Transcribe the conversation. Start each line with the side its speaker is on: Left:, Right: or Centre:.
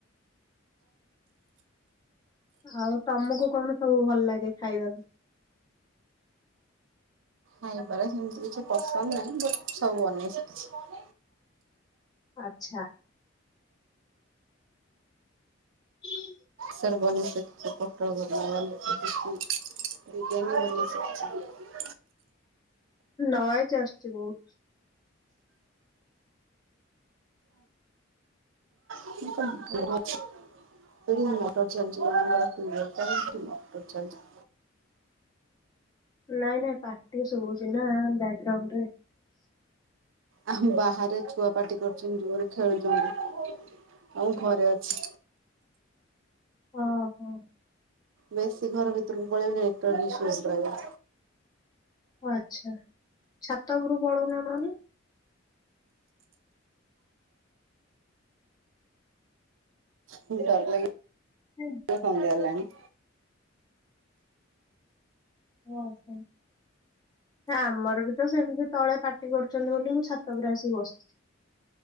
Left: ଆଉ ତମକୁ କଣ ସବୁ ଭଲ ଲାଗେ ଖାଇବାକୁ?
Right: ଖାଇବାରେ ସେମିତି କିଛି ପସନ୍ଦ ନାହିଁ, ବଟ ସବୁ ବନେଇି ଶିଖିଛି।
Left: ଆଚ୍ଛା। <inaudible>
Right: ସରବନ ସଛି ପୋଟଳ କରିଚି ଡିଜାଇନ ବନେଇ ସିଖୀଚି।
Left: ନଏଜ ଆସୁଚି ବହୁତ।
Right: ଇନକମ <unintelligible> ଏଠି ମଟର ଚାଲଚି, ମୁଲିଆ ଅଛି, ବିଲ ପାଇଁ ମଟର ଚାଲଚି।
Left: ନାଇଁ, ନାଇଁ ପାଟି ଶୁଭୁଚି ନା ବ୍ୟାକଗ୍ରାଉଣ୍ଡ ରେ।
Right: ଆଉ ବାହାରେ ଛୁଆ ପାଟି କରୁଚନ୍ତି। ଜୋରେ ଖେଳୁଚନ୍ତି। ଆଉ ଘରେ ଅଛି।
Left: ଓ ହୋ।
Right: ବେଶୀ ଘର ଭିତରକୁ ପଳେଇଲେ, ନେଟୱାର୍କ ଇସୁ ଡାଉନ୍ ରହିବ।
Left: ଆଛା। ଛାତ ଉପରକୁ ପଳଉନ ନହେଲେ।
Right: ଡ଼ର ଲାଗେ।
Left: ହେ।
Right: ସନ୍ଧ୍ୟା ହେଲାଣି
Left: ଓ ହୋ। ଆମର ବି ତ ସେମିତି ତଳେ ପାଟି କରୁଛନ୍ତି ବୋଲି, ମୁଁ ଛାତ ଉପରେ ଆସି ବସିଛି।